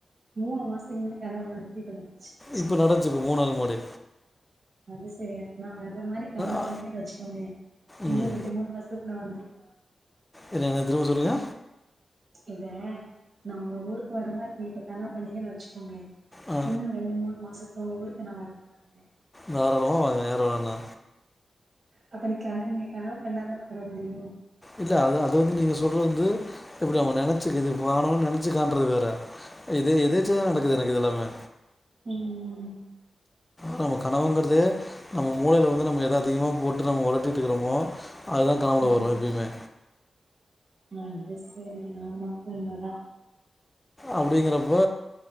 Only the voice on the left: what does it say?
இப்ப நடச்சு இப்ப மூணாது மாடி
அ
ம்
என்ன என்ன திரும்ப சொல்லுங்க
ஆ
தாராளமா வாங்க யாரு வேணா
இல்ல அது அது வந்து நீங்க சொல்றது வந்து எப்டி அவங்க நனச்சு இது வனுன் நனச்சு காண்றது வேற இது எதேச்சயா தா நடக்குது எனக்கு இது எல்லாமே
நம்ம கனவுங்கறதே நம்ம மூளைல வந்து நம்ம எத அதிகமா போட்டு நம்ம ஒளட்டிட்டுக்றோமோ அதுதா கனவுல
வரு எப்பயுமே
அப்டிங்றப்ப